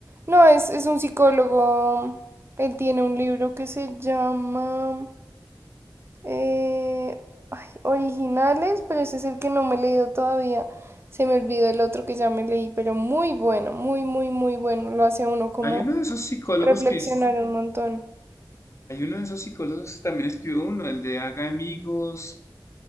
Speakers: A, on the right; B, on the left.
A: no, es, es un psicólogo, él tiene un libro que se llama eh, ay, Originales, pero ese es el que no me he leído todavía. Se me olvidó el otro que ya me leí, pero muy bueno, muy, muy, muy bueno. Lo hace a uno como
B: Hay uno de esos psicólogos
A: reflexionar
B: que... es-
A: un montón.
B: Hay uno de esos psicólogos que también escribió uno, el de haga amigos